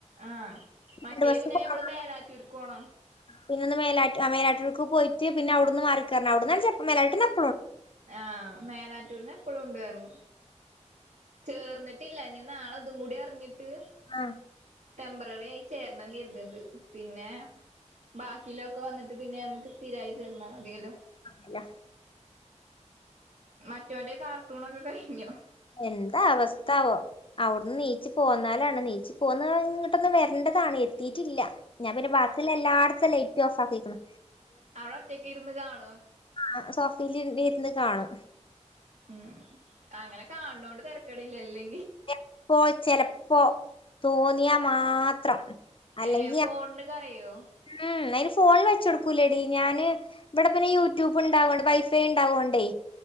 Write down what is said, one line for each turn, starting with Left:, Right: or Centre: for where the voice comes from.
Right: ആ മറ്റേ
Left: രണ്ട് ബസ്
Right: പിന്നെ
Left: കുറവാണ്
Right: ഞമ്മള് മേലാറ്റൂർക്ക് പോണം.
Left: പിന്നൊന്ന് മേല മേലാട്ടൂർക്ക് പോയിട്ട് പിന്നെ അവിടുന്ന് മാറിക്കറണം. അവിടന്നു വെച്ചാ മേലാട്ടൂർ തന്നെ അ
Right: ആ മേലാറ്റൂരിന്ന് എപ്പോഴും ഉണ്ട് പറഞ്ഞു. ചേർന്നിട്ടില്ല ഇനി നാളെ ഇതും കൂടി അറിഞ്ഞിട്ട്
Left: ആ
Right: ടെംമ്പററി ആയി ചേരണം കരുതണ്ട്. പിന്നെ ബാക്കീലൊക്കെ വന്നിട്ട് പിന്നെ നമുക്ക് സ്ഥിരായി ചേർന്നാ മതിയല്ലോ.
Left: അല്ല
Right: മറ്റവന്റെ കാർട്ടൂണൊക്കെ കഴിഞ്ഞോ?
Left: എന്താ അവസ്ഥാവോ അവിടുന്ന് നീച്ച് പോന്നാലാണ് നീച്ച് പോന്ന ഇങ്ങോട്ടൊന്ന് വര ണ്ടതാണ് എത്തിയിട്ടില്ല. ഞാൻ പിന്നെ ബാക്കി എല്ലായിടത്തും ലൈറ്റ് ഓഫ് ആക്കിയേക്കണ്.
Right: അവിടെ ഒറ്റക്ക് ഇരുന്ന് കാണും.
Left: ആ സോഫയിലിരുന്നിരുന്ന് കാണും.
Right: ഉം അങ്ങനെ കാണണോണ്ട് തിരക്കണില്ലല്ലേ.
Left: ചപ്പോ ചെലപ്പോ തോന്നിയാ മാത്രം അല്ലെങ്കി
Right: ഏ ഫോണന്ന് കരയോ
Left: ഉം അയിന് ഫോണിൽ വെച്ച കൊടുക്കൂലേടി ഞാന് ഇവിടെ പിന്നെ യൂട്യൂബ് ഉണ്ടാവോണ്ട് വൈഫൈ ഉണ്ടാവോണ്ടേ